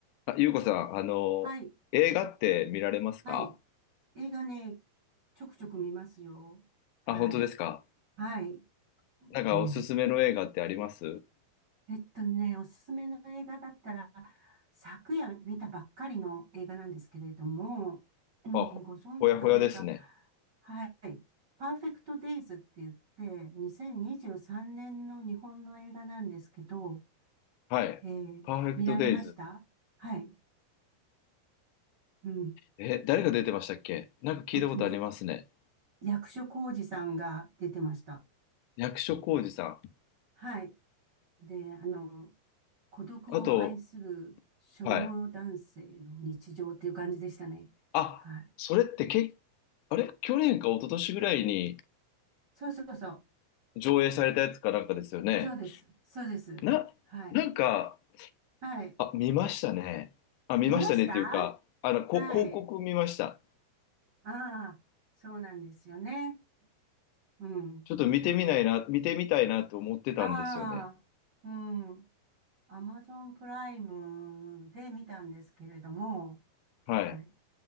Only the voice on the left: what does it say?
あ、ゆうこさん、あの、
映画って見られますか
あ、本当ですか
なんかおすすめの映画ってあります
あ、ほほやほやですね。
はい。
パーフェクトデイズ。
え、誰が出てましたっけなんか聞いたことありますね。
役所広司さん。
あと、はい。あ、
それってけ、あれ去年か一昨年ぐらいに
上映されたやつかなんかですよね。
な、
なんか、
あ、見ましたね。あ、見ましたねっていうか、
あの、こ、
広告見ました。
ちょっと見てみないな、
見てみたいなと思ってたんですよね。
はい。